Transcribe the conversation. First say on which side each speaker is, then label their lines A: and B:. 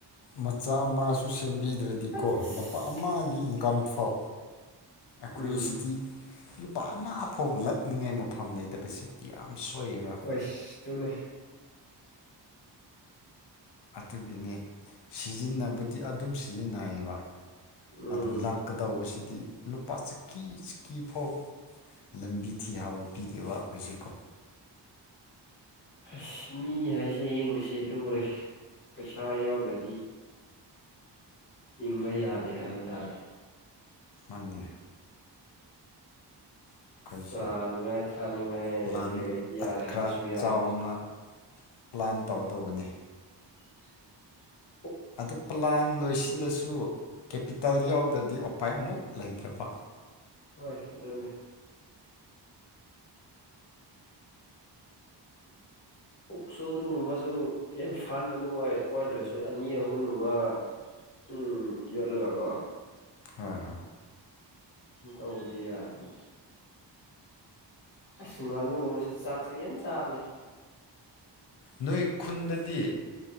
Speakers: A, on the left; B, on the left.
A: ꯃꯆꯥ ꯑꯃ ꯁꯨ ꯁꯦꯝꯕꯤꯗ꯭ꯔꯗꯤꯀꯣ
B: ꯑꯁ
A: ꯂꯨꯄꯥ ꯑꯃꯒꯤ ꯏꯟꯀꯝ ꯐꯥꯎ ꯑꯩꯈꯣꯏꯁꯤꯗꯤ
B: ꯎꯝ
A: ꯂꯨꯄꯥ ꯑꯃ ꯐꯥꯎ ꯂꯛꯅꯤꯡꯉꯥꯏ ꯃꯐꯝ ꯂꯩꯇ ꯐꯠꯇꯕꯁꯦ ꯌꯥꯝ ꯁꯣꯏꯌꯦꯕ
B: ꯍꯣꯏ ꯑꯗꯨꯅꯦ
A: ꯑꯗꯨꯒꯤꯅꯤ ꯁꯤꯖꯤꯟꯅꯕꯗꯤ ꯑꯗꯨꯝ ꯁꯤꯖꯤꯟꯅꯩꯌꯦꯕ
B: ꯎꯝ
A: ꯑꯗꯨ ꯂꯥꯛꯀꯗꯧꯕꯁꯤꯗꯤ ꯂꯨꯄꯥ ꯆꯀꯤ ꯆꯀꯤ ꯐꯥꯎ ꯂꯝꯕꯤ ꯊꯤ ꯍꯥꯎꯕ ꯄꯤꯗꯦꯕ ꯑꯩꯈꯣꯏꯁꯦꯀꯣ
B: ꯑꯁ ꯃꯤ ꯍꯥꯏꯁꯦ ꯌꯦꯡꯕꯁꯦ ꯂꯨꯔꯦ ꯄꯩꯁꯥ ꯌꯥꯎꯗ꯭ꯔꯗꯤ ꯏꯪꯕ ꯌꯥꯗꯦ ꯍꯥꯏꯕ ꯇꯥꯔꯦ
A: ꯃꯥꯉꯦ ꯑꯩꯈꯣꯏꯁꯦ
B: ꯆꯥꯅꯤꯡꯉꯥꯏ ꯊꯥꯅꯤꯡꯉꯥꯏ
A: ꯄ꯭ꯂꯥꯟ
B: ꯂꯩꯔꯗꯤ ꯌꯥꯔꯦ ꯍꯥꯏꯐꯦꯠꯁꯨ
A: ꯈꯔ
B: ꯌꯥ
A: ꯆꯥꯎꯅ ꯄ꯭ꯂꯥꯟ ꯇꯧꯒꯗꯧꯕꯅꯤ
B: <inaudible>
A: ꯑꯗꯨ ꯄꯂꯗꯣ ꯗꯁꯨ ꯀꯦꯄꯤꯇꯥꯜ ꯌꯥꯎꯗ꯭ꯔꯗꯤ ꯎꯄꯥꯏ ꯑꯃꯨꯛ ꯂꯩꯇ꯭ꯔꯕ
B: ꯍꯣꯏ ꯑꯗꯨꯅꯦ ꯄꯨꯛꯁꯨ ꯑꯗꯨꯒꯨꯝꯕꯁꯨ ꯌꯥꯝ ꯐꯟ ꯑꯗꯨꯝ ꯑꯣꯏ ꯑꯣꯏꯗ꯭ꯔꯁꯨ ꯑꯅꯤ ꯑꯍꯨꯝꯒꯨꯝꯕ ꯎꯝ ꯌꯂꯒꯉꯣ
A: ꯑ ꯍ
B: ꯇꯧꯗꯤ ꯌꯥꯅꯤ ꯑ ꯉꯕꯒꯨꯝꯕꯕꯁꯤꯦ ꯆꯥꯛꯁꯦ ꯌꯥꯝꯟꯅ ꯆꯥꯕꯅꯤ
A: ꯅꯣꯏ ꯈꯨꯟꯗꯗꯤ